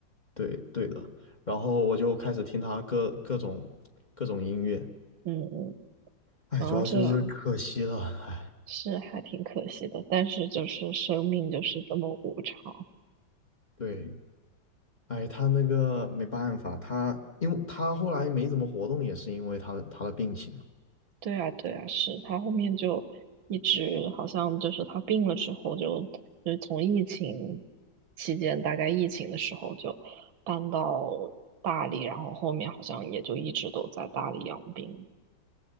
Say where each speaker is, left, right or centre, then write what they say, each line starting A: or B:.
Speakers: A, on the left; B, on the right.
A: 对对的，然后我就开始听他各各种各种音乐，
B: 嗯嗯，
A: 哎，
B: 然后这样
A: 主要就是可惜了，哎，
B: 是还挺可惜的，但是就是生命就是这么无常。
A: 对，哎，他那个没办法，他因为他后来没怎么活动，也是因为他的他的病情，
B: 对啊，对啊，是他后面就一直好像就是他病了之后就，就是从疫情期间，大概疫情的时候就搬到大理，然后后面好像也就一直都在大理养病。